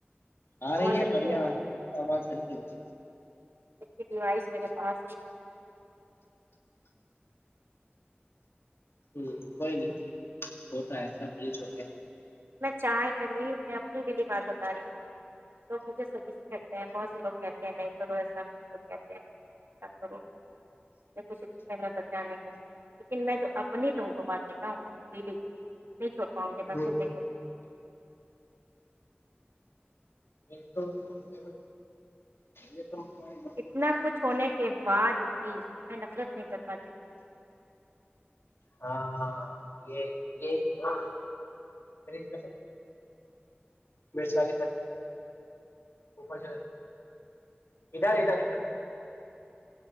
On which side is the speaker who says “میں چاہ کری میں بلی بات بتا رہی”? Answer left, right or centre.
Right